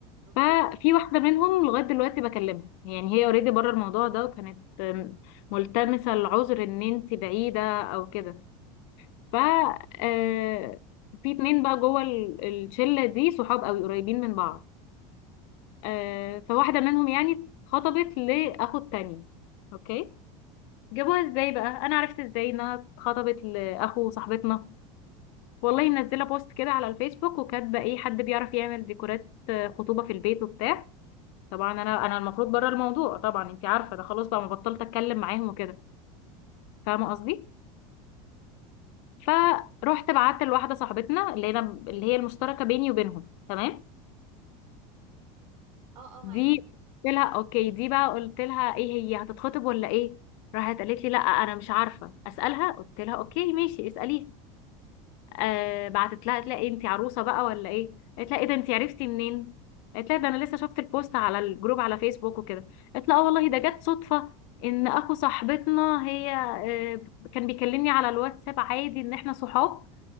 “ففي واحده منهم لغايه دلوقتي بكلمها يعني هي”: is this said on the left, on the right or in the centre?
Left